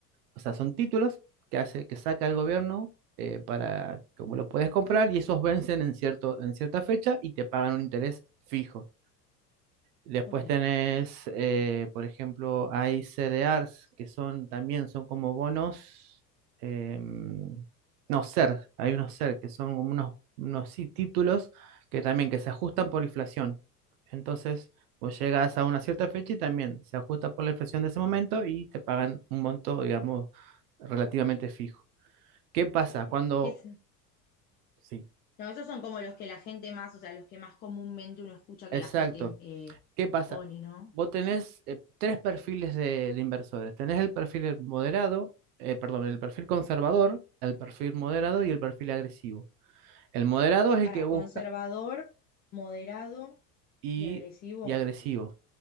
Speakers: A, on the right; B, on the left.
A: o sea, son títulos que hace, que saca el gobierno eh, para, como lo puedes comprar, y esos vencen en cierto, en cierta fecha y te pagan un interés fijo. Después
B: Ok,
A: tenés, eh, por ejemplo, hay CDRs que son también son como bonos, em, no, SER, hay unos SER que son como unos, unos sí, títulos que también que se ajustan por inflación. Entonces, vos llegas a una cierta fecha y también se ajusta por la inflación de ese momento y te pagan un monto, digamos, relativamente fijo. ¿Qué pasa
B: ok.
A: cuando...
B: ¿Qué es?
A: Sí,
B: No, esos son como los que la gente más, o sea, los que más comúnmente uno escucha que
A: exacto.
B: la gente eh,
A: ¿Qué pasa?
B: pone, ¿no?
A: Vos tenés eh, tres perfiles de, de inversores. Tenés el perfil moderado, eh, perdón, el perfil conservador, el perfil moderado y el perfil agresivo. El moderado es el
B: Para
A: que busca
B: conservador, moderado
A: y,
B: y agresivo.
A: y agresivo.